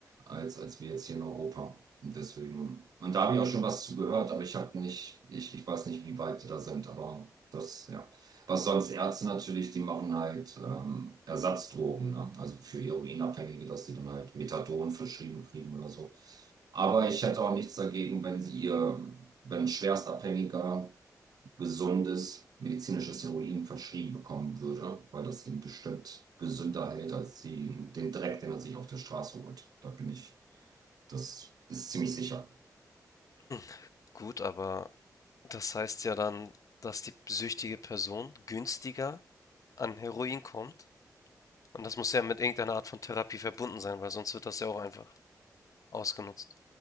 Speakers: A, on the right (about 75°); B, on the left (about 55°).
A: als, als wir jetzt hier in Europa. Und deswegen, und da habe ich auch schon was zu gehört, aber ich habe nicht, ich, ich weiß nicht, wie weit die da sind, aber das, ja. Was sonst Ärzte natürlich, die machen halt ähm, Ersatzdrogen, ne? Also für Heroinabhängige, dass die dann halt Methadon verschrieben kriegen oder so. Aber ich hätte auch nichts dagegen, wenn sie ihr, wenn ein Schwerstabhängiger gesundes medizinisches Heroin verschrieben bekommen würde, weil das ihn bestimmt gesünder hält als die, den Dreck, den er sich auf der Straße holt. Da bin ich, das ist ziemlich sicher.
B: <clears throat> Gut, aber das heißt ja dann, dass die süchtige Person günstiger an Heroin kommt. Und das muss ja mit irgendeiner Art von Therapie verbunden sein, weil sonst wird das ja auch einfach ausgenutzt.